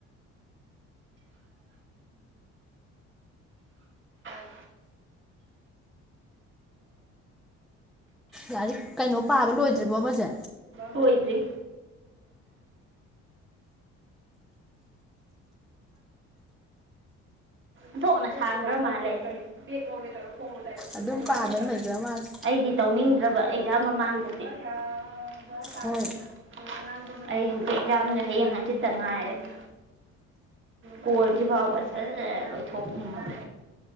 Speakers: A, on the right; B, in the centre.
A: <unintelligible> <inaudible> <inaudible> <unintelligible> <inaudible>
B: ꯌꯥꯅꯤ ꯀꯩꯅꯣ ꯄꯥꯕ ꯂꯣꯏꯗ꯭ꯔꯤꯕꯣ ꯑꯃꯁꯦ
A: ꯇꯣꯏꯗ꯭ꯔꯤ ꯑꯣꯟꯊꯣꯛꯅ ꯁꯥꯡꯈ꯭ꯔ ꯃꯥꯜꯂꯦ ꯁꯤ <unintelligible>
B: ꯑꯗꯨꯝ ꯄꯥꯗꯅ ꯂꯩꯈ꯭ꯔ ꯃꯥꯜꯂꯦ
A: <inaudible> ꯑꯩꯗꯤ ꯇꯧꯅꯤꯡ ꯇ꯭ꯔꯕ ꯑꯦꯛꯖꯥꯝ ꯃꯃꯥꯡꯗꯗꯤ <unintelligible>
B: ꯍꯣꯏ
A: ꯑꯩ ꯍꯧꯖꯤꯛ ꯑꯦꯛꯖꯥꯝꯗ ꯍꯌꯦꯡ ꯍꯪꯆꯤꯠꯇ ꯉꯥꯏꯔꯦꯕ ꯀꯣꯜꯁꯤ ꯐꯥꯎꯕ ꯁꯖ ꯂꯣꯏꯊꯣꯛꯅꯤꯡꯉꯕ